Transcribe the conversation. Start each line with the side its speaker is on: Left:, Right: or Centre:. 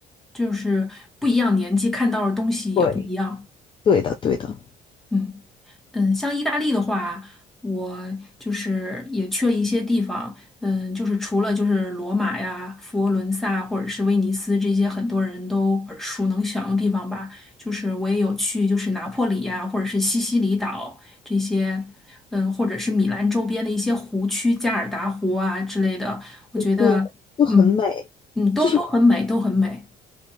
Centre: 就是不一样年纪看到的东西也不一样。
Left: 对，对的，对的，
Centre: 嗯嗯，像意大利的话，我就是也去了一些地方，嗯，就是除了就是罗马呀、佛罗伦萨或者是威尼斯这些很多人都耳熟能详的地方吧，就是我也有去，就是拿破里呀，或者是西西里岛这些，嗯，或者是米兰周边的一些湖区，加尔达湖啊之类的，我觉得，
Left: 对，就很美，
Centre: 嗯嗯，都都很美，
Left: 就是
Centre: 都很美。